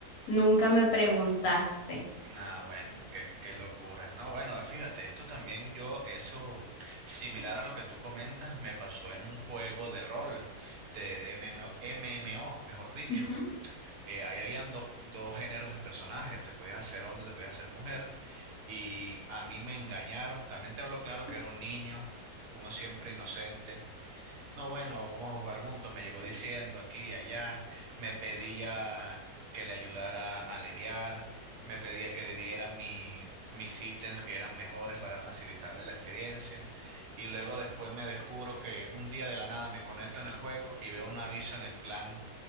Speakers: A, on the left (about 70°); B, on the right (about 80°).
A: Nunca me preguntaste.
B: Ah, bueno, qué, qué locura. No, bueno, fíjate, esto también yo, eso similar a lo que tú comentas, me pasó en un juego de rol, de m m O, m M o mejor dicho.
A: Ujú.
B: eh, ahí habían dos, dos géneros de personajes, te podías hacer hombre, te podías hacer mujer, y a mí me engañaron, también te hablo claro que era un niño, uno siempre inocente, no, bueno, vamos a jugar juntos, me llegó diciendo aquí, allá, me pedía que le ayudara a aliviar, me pedía que le diera mi- mis ítems que eran mejores para facilitarle la experiencia, y luego después me descubro que un día de la nada me conecto en el juego y veo un aviso en el clan